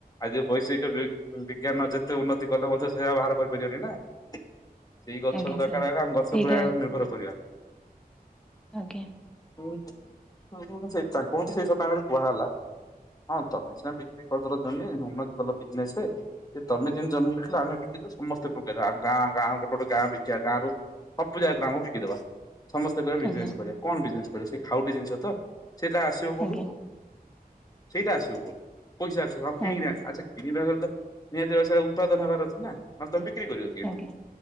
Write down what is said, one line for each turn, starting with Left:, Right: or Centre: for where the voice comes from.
Left: ଆଜି ବୈଷୟିକ ବିଜ୍ଞାନ ଯେତେ ଉନ୍ନତି କଲେ ମଧ୍ୟ ସେଇୟା ବାହାର କରିପାରିବନି ନା। ସେଇ ଗଛ
Centre: ଆଜ୍ଞା
Left: ଦରକାର
Centre: ସାର୍
Left: ଆମ ଗଛ
Centre: ସେଇଟା
Left: ପୁରା ନିର୍ଭର କରିବା।
Centre: ଆଜ୍ଞା।
Left: ହୁଁ ତୁ ହୁଁ ସେଇ ତା କୁହନ୍ତୁ ସେଇ ତା ଆଗରେ କୁହା ହେଲା। ହଁ ତ ସେମାନେ ବିକ୍ରି କରିଦଲ ଜମି ଉନ୍ନତି କଲ ବିଜନେସ। ସେ ତମେ ଜେମି ଜନ୍ମ ବିକିଲ ଆମେ ବିକିବୁ ସମସ୍ତେ ପକେଇଦବା ଆଉ ଗାଁ ଗୋଟେ ଗୋଟେ ଗାଁ ବିକିବା ଗାଁରୁ ସବୁ ଜାଗା ଗ୍ରାମକୁ ବିକିଦବା ସମସ୍ତେ କହିବା ବିଜନେସ
Centre: ଆଜ୍ଞା
Left: କରିବା କଣ ବିଜନେସ କରିବା ସେଇ ଖାଉଟି ଜିନିଷ ତ। ସେଇଟା ଆସିବ କୋଉଠୁ
Centre: ଆଜ୍ଞା
Left: ସେଇଟା ଆସିବ କୋଉଠୁ ପଇସା ଅଛି ହଁ
Centre: ଆଜ୍ଞା
Left: କିଣିକି ଆଣିବ ଆଚ୍ଛା କିଣିବା ବେଳେ ତ ନିହାତି ସେରା ଉତ୍ପାଦନ କରିବାର ଅଛି ନା ନହେଲେ ତମେ ବିକ୍ରି କରିବ କି କେମିତି।
Centre: ଆଜ୍ଞା